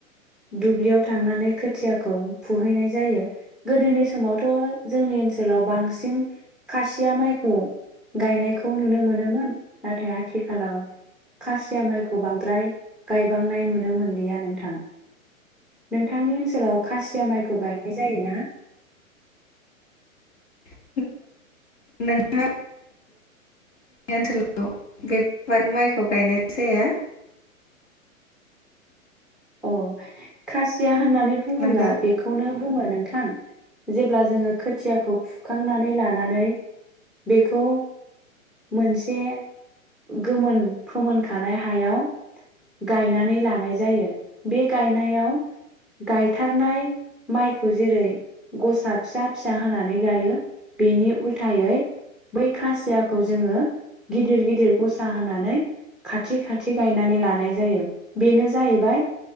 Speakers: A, in the centre; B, on the left.
A: दुब्लियाव थांनानै खोथियाखौ फुहैनाय जायो गोदोनि समावथ' जोंनि ओनसोलाव बांसिन खासिया माइखौ गायनायखौ नुनो मोनोमोन नाथाय आथिखालाव खासिया माइखौ बांद्राय गायबांनाय नुनो मोनलिया नोंथां नोंथांनि ओनसोलाव खासिया माइखौ गायनाय जायोना?
B: <unintelligible> जोंनि ओनसोलाव बेफोरबादि माइखौ गायनाय जाया।
A: अव खासिया होननानै बुंङोब्ला
B: नंगौ
A: बेखौनो बुंङो नोंथां जेब्ला जोंङो खोथियाखौ फुखांनानै लानानै बेखौ मोनसे गोमोन फोमोनखानाय हायाव गायनानै लानाय जायो। बे गायनायाव गायथारनाय माइखौ जेरै गसा फिसा फिसा होनानै गायो बेनि उल्थायै बै खासियाखौ जोंङो गिदिर गिदिर गसा होनानै खाथि खाथि गायनानै लानाय जायो बेनो जाहैबाय